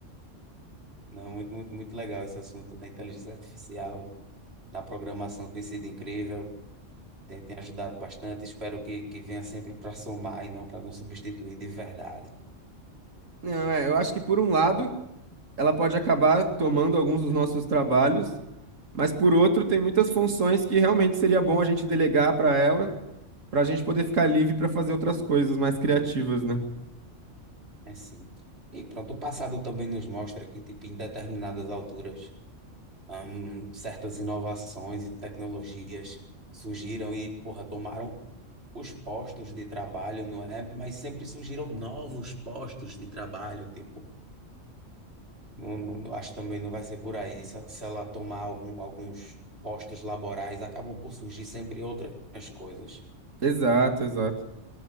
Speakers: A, on the right; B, on the right.
A: Não, muito, muito, muito legal esse assunto da inteligência artificial, na programação tem sido incrível, tem, tem ajudado bastante. Espero que, que venha sempre para somar e não para nos substituir de verdade.
B: Não, é, eu acho que por um lado. ela pode acabar tomando alguns dos nossos trabalhos, mas por outro, tem muitas funções que realmente seria bom a gente delegar para ela, para a gente poder ficar livre para fazer outras coisas mais criativas, né?
A: É sim. E pronto, o passado também nos mostra que, tipo, em determinadas alturas. hum, certas inovações e tecnologias surgiram e, porra, tomaram os postos de trabalho, não é? Mas sempre surgiram novos postos de trabalho, tipo, não, não- não- acho que também não vai ser por aí. Se, se ela tomar algum- alguns postos laborais, acabam por surgir sempre outras coisas.
B: Exato, exato.